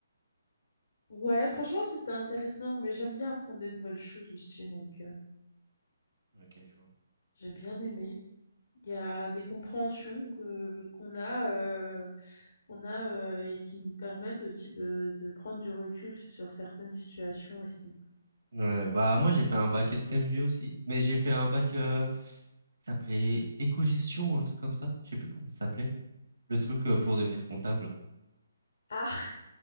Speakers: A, on the left; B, on the right.
A: Ouais, franchement, c'était intéressant, mais j'aime bien apprendre de nouvelles choses aussi, donc euh,
B: Ok, je vois.
A: j'ai bien aimé. Il y a des compréhensions que qu'on a, euh, qu'on a euh, et qui nous permettent aussi de, de prendre du recul sur certaines situations aussi.
B: Euh, bah moi, j'ai fait un bac STMG aussi, mais j'ai fait un bac euh,
A: Ouais.
B: qui s'appelait éco-gestion, un truc comme ça. Je sais plus comment ça s'appelait. Le truc euh,
A: C'est...
B: pour devenir comptable.
A: Ah,